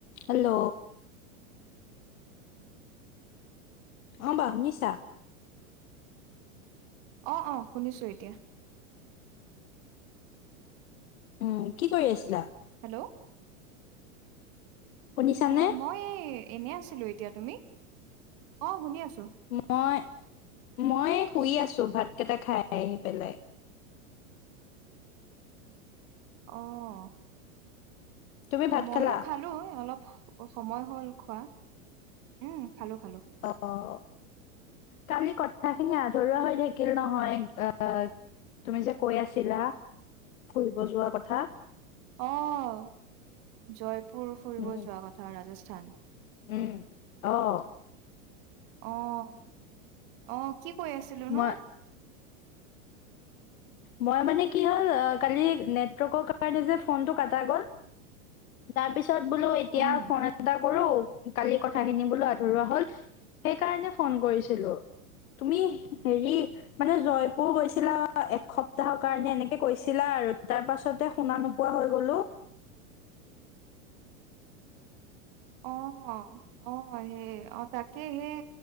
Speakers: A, on the left; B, on the right.
A: হেল্ল'? অ', বা শুনিছা?
B: অ', অ', শুনিছো এতিয়া।
A: উম, কি কৰি আছিলা?
B: হেল্ল'?
A: শুনিছানে
B: অ', মই এনে আছিলো এতিয়া। তুমি? অ' শুনি আছো।
A: মই মই শুই আছো ভাতকেইটা খায় আহি পেলায়।
B: অ',
A: তুমি ভাত
B: ময়ো
A: খালা
B: খালো অলপ সময় হ'ল খোৱা উম। খালোঁ খালোঁ।
A: অ', অ', কালি কথা কথাখিনি আধৰুৱা হৈ থাকিল নহয়। আহ তুমি যে কৈ আছিলা। ফুৰিব যোৱা কথা।
B: আহ জয়পুৰ ফুৰিব
A: উম
B: যোৱা কথা ৰাজস্থান।
A: উম, অ'।
B: অ', আহ কি কৈ আছিলোনো?
A: মই মই মানে কি হ'ল কালি নেটৱৰ্কৰ কাৰণে যে ফোনটো কটা গ'ল। তাৰ পিছত বোলো এতিয়া
B: উম,
A: ফোন এটা কৰো কালি কথাখিনি বোলো আধৰুৱা হ'ল। সেইকাৰণে ফোন কৰিছিলো। তুমি হেৰি মানে জয়পুৰ গৈছিলা একসপ্তাহৰ কাৰণে এনেকে কৈছিলা আৰু তাৰ পাছতে শুনা নোপোৱা হৈ গ'লো। <inaudible>
B: অ', আহ সেই অ' তাকে সেই